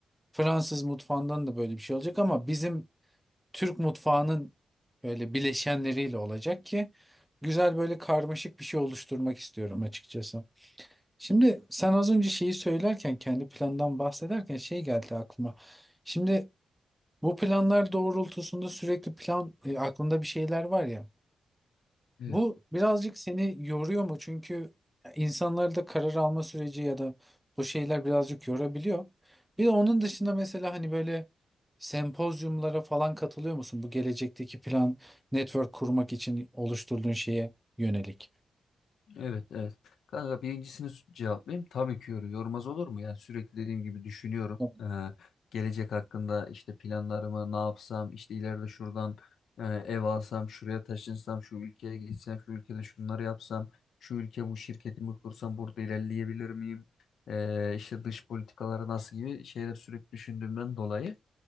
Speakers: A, in the centre; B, on the left (about 80°).
A: Fransız mutfağından da böyle bir şey olacak ama bizim Türk mutfağının böyle bileşenleriyle olacak ki güzel böyle karmaşık bir şey oluşturmak istiyorum açıkçası. Şimdi sen az önce şeyi söylerken kendi plandan bahsederken şey geldi aklıma. Şimdi bu planlar doğrultusunda sürekli plan e, aklında bir şeyler var ya.
B: Evet.
A: Bu birazcık seni yoruyor mu? Çünkü insanlar da karar alma süreci ya da bu şeyler birazcık yorabiliyor. Bir de onun dışında mesela hani böyle sempozyumlara falan katılıyor musun? Bu gelecekteki plan, network kurmak için oluşturduğun şeye yönelik.
B: Evet, evet. Kanka birincisini s- cevaplayayım. Tabii ki yor- yormaz olur mu? Yani sürekli dediğim gibi düşünüyorum.
A: Evet,
B: Ee, gelecek hakkında işte planlarımı ne yapsam, işte ileride şuradan e, ev alsam, şuraya taşınsam, şu ülkeye gitsem, şu ülkede şunları yapsam, şu ülke bu şirketimi kursam burada ilerleyebilir miyim? Ee, işte dış politikaları nasıl gibi şeyler sürekli düşündüğümden dolayı